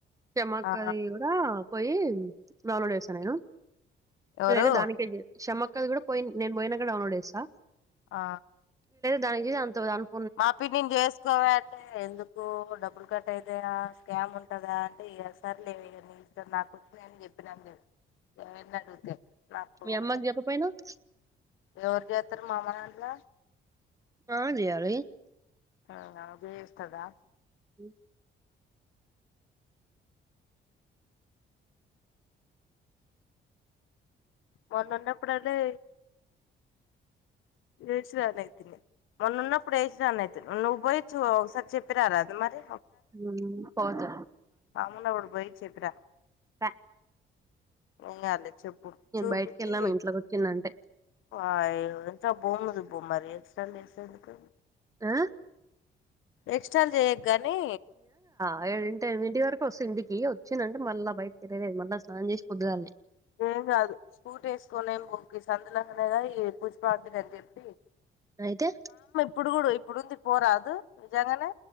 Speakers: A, on the right; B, on the left.
A: చెమ్మ అక్క
B: ఆ
A: ది కూడా పోయి డౌన్లోడ్ చేస్తా నేను
B: ఎవరు
A: లేదా దానికే చే షమ్మఅక్కది కూడా నేను పోయి నేను పోయినంక డౌన్లోడ్ చేస్తా
B: ఆ
A: దానినికి <unintelligible>
B: మా పిన్ని ని చేసుకోవే అంటే ఎందుకు డబ్బులు క అ అయితే ఆ స్కామ్ ఉంటందా అంటే ఇగ సరే లేవే నీ ఇష్టం నాకు వచ్చినయ్ అని చెప్పినా ఎవరిని అడిగితే నాకు కోపం
A: మీ అమ్మకు
B: వస్తది
A: చెప్ప పోయినవ్
B: ఎవరు చేస్తారు మా అమ్మ దాంట్ల
A: ఆన్ చెయ్యాలి
B: ఆ అజయ్ వస్తాడా
A: ఊ
B: మొన్న ఉన్నప్పుడు అది ఏసి రా నైతిని మొన్న ఉన్నప్పుడు వేసి రాను ఐతిని నువ్వు పోయి చూ ఒకసారి చెప్పి రా రాదు మరి
A: హు పోతా
B: మామున్నప్పుడు పోయి చెప్పిరా
A: స
B: ఎం గాలేదు చెప్పు చూపించి
A: బయటికి వెళ్ళాను ఇంట్లోకి వచ్చిందంటే
B: ఆ యో ఎంత భూములు ఓ మరి ఎక్స్ట్రాలు చేయసుడు ఎందుకు
A: హు
B: ఎక్స్ట్రాలు చేయకు గానీ
A: <unintelligible> ఇంటి వరకు వస్తా ఇంటికి వచ్చినా అంటే మళ్ళ బయటకితిరిగి మళ్ళా స్నానం చేసి పొద్దుగాల్లే
B: ఏం కాదు స్కూటీ వేసుకోనైన పోకు గి సందు లంగానేగా ఈ పుష్పా ఆంటీ దగ్గరికి
A: అయితే
B: ఇప్పుడు కూడా ఇప్పుడు ఉంది పోరాదు నిజంగానే